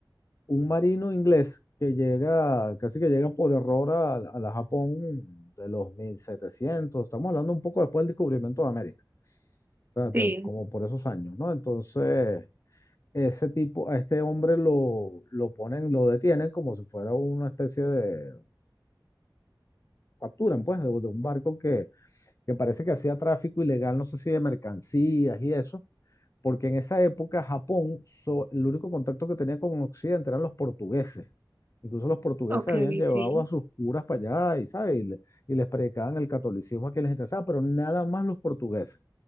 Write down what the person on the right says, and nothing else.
Sí,
ok,
sí.